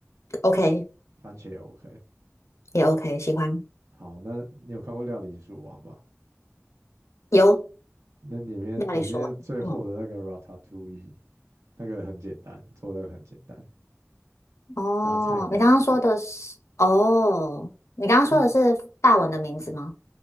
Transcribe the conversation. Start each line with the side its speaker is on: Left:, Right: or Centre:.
Left: ，OK，
Right: 番茄也 OK。
Left: 也 OK，喜欢，
Right: 好，那你有看过《料理鼠王》吧？
Left: 有
Right: 那里面里面最后的那个
Left: 料理说完嗯。
Right: Ratatouille，那个很简单，做那个很简单，
Left: 哦，
Right: 杂菜煲。
Left: 你刚刚说的是哦，你刚刚说的是法文的名字吗？
Right: <laughs>